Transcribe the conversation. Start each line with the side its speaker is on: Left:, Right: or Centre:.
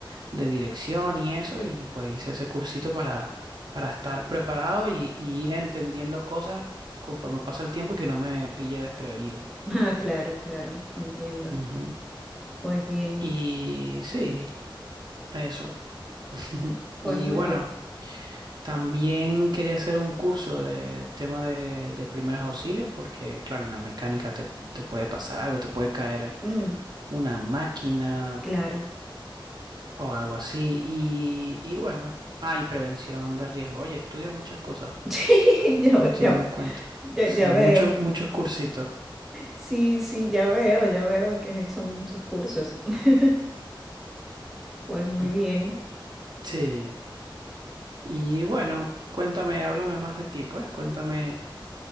Right: de dirección y eso, y pues hice ese cursito para, para estar preparado y, y ir entendiendo cosas conforme pasa el tiempo y que no me pille desprevenido.
Centre: <laughs> Ah, claro, claro, entiendo.
Right: Ujú.
Centre: Pues bien,
Right: Y sí, eso. <laughs>
Centre: pues
Right: Y
Centre: muy
Right: bueno,
Centre: bien.
Right: También quería hacer un curso de tema de, de primeros auxilios porque, claro, en la mecánica te, te puede pasar algo, te puede caer
Centre: Mm,
Right: una máquina
Centre: claro.
Right: o algo así. Y, y bueno, hay prevención de riesgo. Oye, estudia muchas cosas,
Centre: <laughs> Sí, ya,
Right: me
Centre: ve-
Right: estoy
Centre: ya
Right: dando cuenta.
Centre: Ya,
Right: Sí,
Centre: ya veo.
Right: muchos, muchos cursitos.
Centre: Sí, sí, ya veo, ya veo que has hecho muchos cursos. <laughs> Pues muy
Right: Ujú.
Centre: bien.
Right: Sí. Y bueno, cuéntame, háblame más de ti, pues. Cuéntame